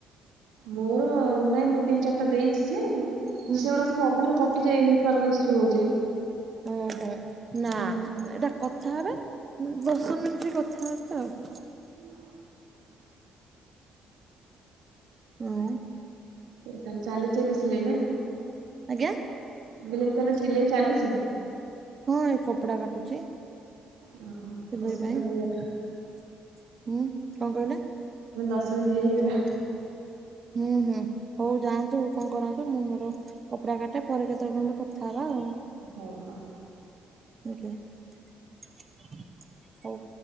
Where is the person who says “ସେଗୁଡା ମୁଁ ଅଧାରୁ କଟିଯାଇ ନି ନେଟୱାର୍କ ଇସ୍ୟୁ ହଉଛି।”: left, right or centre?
Right